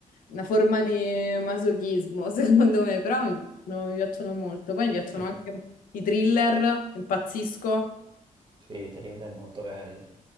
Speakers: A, on the left; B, on the right.
A: una forma di masochismo <laughs> secondo me, però mi piacciono, mi piacciono molto. Poi mi piacciono
B: <laughs> Ti
A: anche
B: fa-
A: i thriller, impazzisco,
B: Sì, i thriller molto belli.